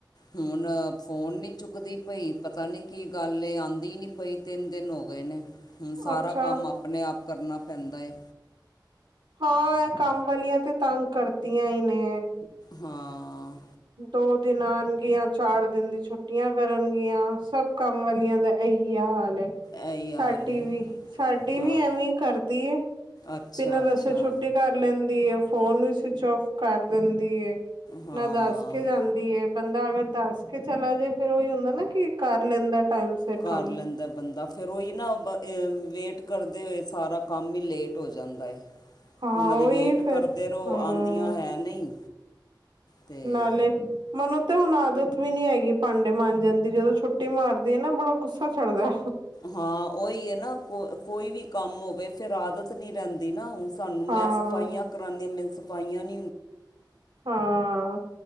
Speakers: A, on the left; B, on the right.
A: ਹੁਣ ਫੋਨ ਨਹੀਂ ਚੁੱਕਦੀ ਪਈ। ਪਤਾ ਨੀ ਕੀ ਗੱਲ ਏ ਆਉਂਦੀ ਨੀ ਪਈ ਤਿੰਨ ਦਿਨ ਹੋ ਗਏ ਨੇ। ਹੁਣ ਸਾਰਾ
B: ਅੱਛਾ
A: ਕੰਮ ਆਪ ਆਪਣੇ ਆਪ ਕਰਨਾ ਪੈਂਦਾ ਏ।
B: ਹਾਂ, ਇਹ ਕੰਮ ਵਾਲੀਆਂ ਤੇ ਤੰਗ ਕਰਤੀਆਂ ਹੀ ਨੇ।
A: ਹਾਂ।
B: ਦੋ ਦਿਨ ਆਉਣਗੀਆਂ, ਚਾਰ ਦਿਨ ਦੀ ਛੁੱਟੀਆਂ ਕਰਨਗੀਆਂ। ਸਭ ਕੰਮ ਵਾਲੀਆਂ ਦਾ ਇਹੀ ਹਾਲ ਹੈ।
A: ਇਹੀ ਹਾਲ
B: ਸਾਡੀ
A: ਏ
B: ਵੀ, ਸਾਡੀ
A: ਹਾਂ
B: ਵੀ ਐਵੇਂ ਈ ਕਰਦੀ ਏ,
A: ਅੱਛਾ
B: ਬਿਨਾਂ ਦੱਸੇ
A: ਅੱਛਾ
B: ਛੁੱਟੀ ਕਰ ਲੈਂਦੀ ਏ, ਫੋਨ ਵੀ ਸਵਿਚ ਓਫ ਕਰ ਦਿੰਦੀ ਹੈ।
A: ਹਾਂ
B: ਨਾ ਦੱਸ ਦੀ ਏ। ਬੰਦਾ ਅਗਰ ਦੱਸ ਕੇ ਚਲਾ ਜੇ ਫਿਰ ਉਹੀ ਹੁੰਦਾ ਨਾ ਕਿ ਕਰ ਲੈਂਦਾ ਟਾਈਮ ਸਿਰ
A: ਕਰ
B: ਕੰਮ
A: ਲੈਂਦਾ ਬੰਦਾ ਫੇਰ ਓਈ ਨਾ ਵੇਟ ਕਰਦੇ ਓਏ ਸਾਰਾ ਕੰਮ ਹੀ ਲੇਟ ਹੋ ਜਾਂਦਾ ਹੈ।
B: ਹਾਂ
A: ਉਹਨਾਂ ਦੀ
B: ਉਹੀ
A: ਵੇਟ
B: ਫੇਰ
A: ਕਰਦੇ ਰਹੋ
B: ਹਮ
A: ਆਉਂਦੀਆਂ ਹੈ ਨਹੀਂ, ਤੇ
B: ਨਾਲੇ ਮੈਨੂੰ ਤੇ ਹੁਣ ਆਦਤ ਵੀ ਨੀ ਹੈਗੀ ਭਾਂਡੇ ਮਾਂਜਣ ਦੀ, ਜਦੋਂ ਛੁੱਟੀ ਮਾਰਦੀ ਹੈ ਨਾ ਬੜਾ ਗੁੱਸਾ ਚੜਦਾ।
A: ਹਾਂ ਉਹੀ ਹੈ ਨਾ, ਕੋ ਕੋਈ ਵੀ ਕੰਮ ਹੋਵੇ ਫੇਰ ਆਦਤ ਨੀ ਰਹਿੰਦੀ ਨਾ ਹੁਣ ਸਾਨੂੰ
B: ਹਾਂ
A: ਮੈਂ ਸਫਾਈਆਂ ਕਰਾਉਦੀ, ਮੈਨੂੰ ਸਫਾਈਆਂ ਨ
B: ਹਾਂ।